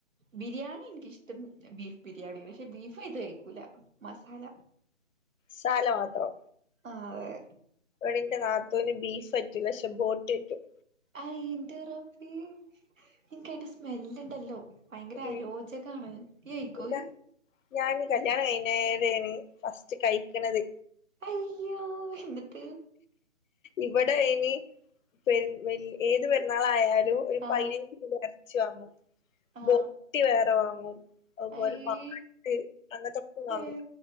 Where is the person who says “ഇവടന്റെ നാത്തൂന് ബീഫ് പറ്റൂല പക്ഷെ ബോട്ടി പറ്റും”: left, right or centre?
Left